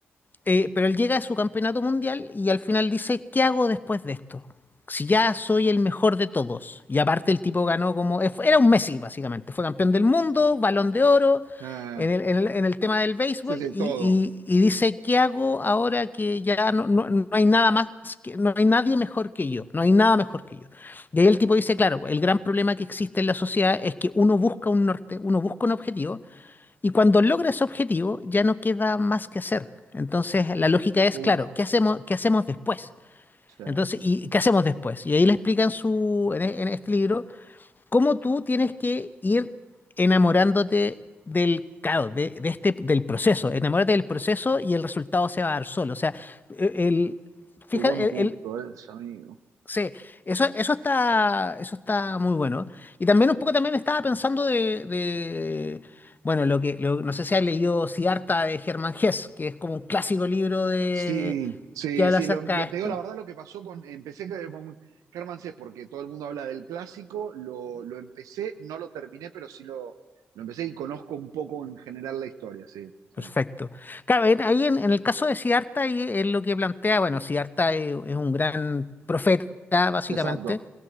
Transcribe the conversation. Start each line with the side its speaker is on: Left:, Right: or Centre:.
Left: eh, pero él llega a su campeonato mundial y al final dice, ¿qué hago después de esto? Si ya soy el mejor de todos. Y aparte el tipo ganó como... eh, fue- Era un Messi, básicamente. Fue campeón del mundo, balón de oro,
Right: Eh,
Left: en el, en el- en el tema del béisbol.
Right: ese es el
Left: Y,
Right: todo.
Left: y- y dice, ¿qué hago ahora que ya no, no- no hay nada más, que, no hay nadie mejor que yo? No hay nada mejor que yo. Y ahí
Right: Eh,
Left: el tipo dice, claro, el gran problema que existe en la sociedad es que uno busca un norte, uno busca un objetivo y cuando logra ese objetivo, ya no queda más que hacer. Entonces, la lógica es,
Right: uf,
Left: claro, ¿qué hacemos, qué hacemos después?
Right: sí,
Left: Entonces, ¿y qué hacemos después? Y ahí le explican su, en, e- en este libro cómo tú tienes que ir enamorándote del caos, de, de este, del proceso. Enamórate del proceso y el resultado se va a dar solo. O sea, el, fíjate,
Right: qué buen punto es, amigo.
Left: Sí, eso, eso está, eso está muy bueno. Y también un poco también estaba pensando de, de- bueno, lo que, lo- no sé si has leído Siddhartha de Germán Hesse, que es como un clásico libro de
Right: Sí, sí,
Left: que habla
Right: sí.
Left: acerca
Right: lo- lo-
Left: de esto.
Right: te digo la verdad lo que pasó con. Empecé que- con Germán porque todo el mundo habla del clásico. Lo, lo empecé, no lo terminé, pero sí lo, lo empecé y conozco un poco en general la historia, sí. sí.
Left: Perfecto. Claro, en- ahí en, en el caso de Siddhartha, ahí es lo que plantea, bueno, Siddhartha es, es un gran profeta, básicamente,
Right: Exacto,